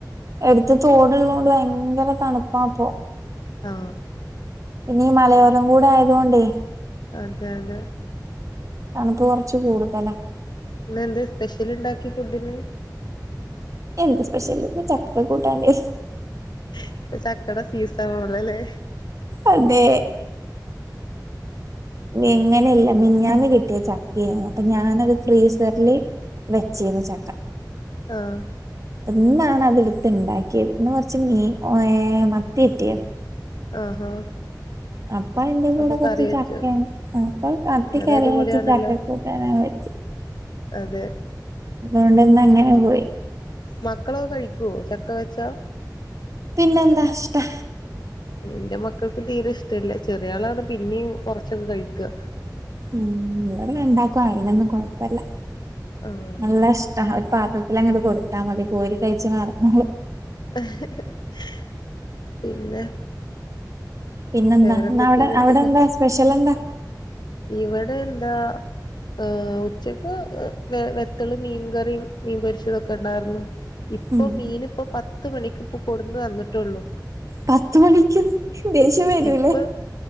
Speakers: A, on the right (about 50°); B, on the left (about 80°).
A: എട്ത്ത് തോടുള്ളോണ്ട് ഭയങ്കര തണ്പ്പാപ്പൊ
B: ആ
A: പിന്നീ മലയോരം കൂടെ ആയതോണ്ടേ
B: അതെ അതെ
A: തണുപ്പ് കൊർച്ച് കൂടുതലാ
B: ഇന്ന് എന്ത് സ്പെഷ്യൽ ഇണ്ടാക്കി ഫുഡിന്
A: എന്ത് സ്പെഷ്യൽന്ന് ചക്ക കൂട്ടാണ്ട്
B: ഇപ്പ ചക്കേടെ സീസണാണല്ലല്ലേ
A: അതെ എങ്ങനെയല്ല മിനിഞ്ഞാന്ന് കിട്ടിയ ചക്കേനു അപ്പൊ ഞാനത് ഫ്രീസറില് വെച്ചീരുന്നു ചക്ക
B: ആഹ്
A: ഇന്നാണ് അതെടുത്ത്ണ്ടാക്കിയത് ഇന്ന് കുറച്ച് മീൻ ഓ ഏ മത്തിയിട്ടി
B: ആഹാ
A: അപ്പൊ അയിന്റെ കൂടെ
B: അപ്പൊ
A: കുറച്ച്
B: കറി വെച്ചു
A: ചക്ക അപ്പൊ മത്തി
B: അത്
A: കറിം
B: അടിപൊളിയാണല്ലോ
A: വെച്ച് ചക്കക്ക് <unintelligible> വച്ച്
B: അതെ
A: അതുകൊണ്ടിന്നങ്ങനെ പോയി
B: മക്കള് കഴിക്കുവോ ചക്ക വെച്ചാ
A: പിന്നെന്താ ഇഷ്ടാ
B: എന്റെ മക്കൾക്ക് തീരെ ഇഷ്ടല്ല ചെറിയ ആളാണ് പിന്നെയും കുറച്ചൊക്കെ കഴിക്കുക
A: ഉം ഇവിടെ രണ്ടാക്കും അയിനൊന്നും കൊഴപ്പല്ല
B: ആഹ്
A: നല്ല ഇഷ് ട്ടാ ഒരു പാത്രത്തിൽ അങ്ങട് കൊടുത്താ മതി കോരി കഴിച്ച് നടന്നോളും
B: ഹ് ഹ് ഹ് പിന്നെ
A: പിന്നെന്താ
B: വേറെന്തൊക്കെയാ
A: ഇന്നവിടെ
B: എന്നിട്ടൊക്കെ
A: അവിടെ എന്താ സ്പെഷ്യൽ എന്താ
B: ഇവിടെ എന്താ ഏഹ് ഉച്ചക്ക് വെത്തള് മീൻ കറിം മീൻ പൊരിച്ചതൊക്കെ ഇണ്ടാരുന്നു ഇപ്പൊ
A: ഉം
B: മീൻ ഇപ്പൊ പത് പത്ത് മണിക്ക് ഇപ്പൊ കൊടുന്ന് തന്നിട്ടേള്ളൂ
A: പത്ത് മണിക്ക് ദേഷ്യം വരൂലേ
B: ഇപ്പൊ